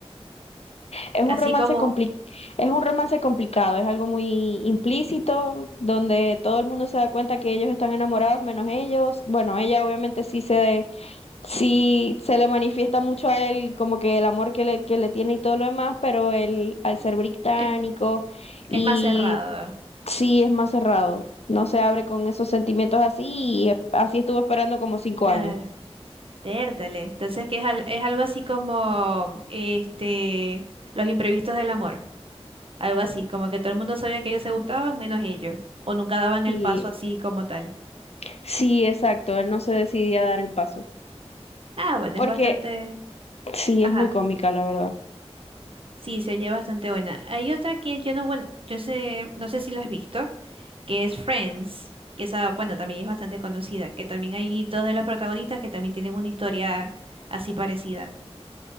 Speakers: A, on the left; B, on the right.
A: Es
B: así
A: un romance
B: como
A: compli- es un romance complicado, es algo muy implícito, donde todo el mundo se da cuenta que ellos están enamorados menos ellos. Bueno, ella obviamente sí se, sí se le manifiesta mucho a él como que el amor que le, que le tiene y todo lo demás, pero él
B: <laughs>
A: al ser británico
B: es,
A: y
B: es más cerrado.
A: sí es más cerrado, no se abre con esos sentimientos así y es- así estuvo esperando como cinco
B: Claro.
A: años.
B: Vértale. Entonces que es, al- es algo así como este los imprevistos del amor. Algo así, como que todo el mundo sabía que ellos se gustaban menos ellos. O nunca daban
A: Sí,
B: el paso así como tal.
A: sí, exacto, él no se decidía a dar el paso.
B: Ah, bueno,
A: Porque
B: es bastante.
A: Sí,
B: Ajá.
A: es muy cómica, la verdad.
B: Sí, se oye bastante buena. Hay otra que yo no, buen- yo sé, no sé si la has visto, que es Friends, que esa, bueno, también es bastante conocida, que también hay dos de los protagonistas que también tienen una historia así parecida.